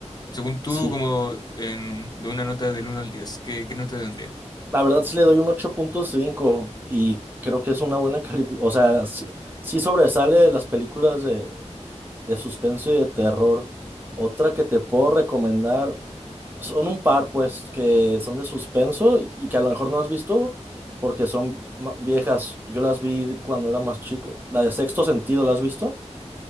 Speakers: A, on the left (about 35°); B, on the right (about 15°).
A: Según tú,
B: Sí,
A: como en, de una nota del 1 al 10, ¿qué, qué nota tendría?
B: la verdad sí le doy un ocho punto cinco y creo que es una buena <laughs> calificación. O sea, sí, sí sobresale de las películas de, de suspenso y de terror. Otra que te puedo recomendar, son un par, pues, que son de suspenso y y que a lo mejor no has visto porque son ma- viejas. Yo las vi cuando era más chico. La de Sexto Sentido, ¿la has visto?